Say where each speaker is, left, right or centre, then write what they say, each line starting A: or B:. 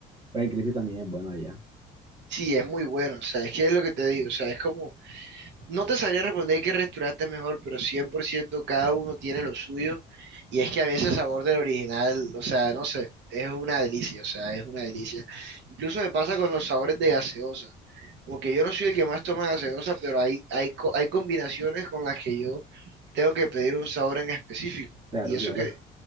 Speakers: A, on the right (about 25°); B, on the right (about 65°).
A: Pero el crispy también es bueno allá.
B: sí, es muy bueno, o sea, es que es lo que te digo, o sea, es como No te sabría responder qué restaurante es mejor, pero 100% cada uno tiene lo suyo. Y es que a veces el sabor del original, o sea, no sé, es una delicia, o sea, es una delicia. Incluso me pasa con los sabores de gaseosa. Como que yo no soy el que más toma gaseosa, pero hay, hay, co- hay combinaciones con las que yo tengo que pedir un sabor en específico.
A: Claro,
B: Y eso
A: claro.
B: que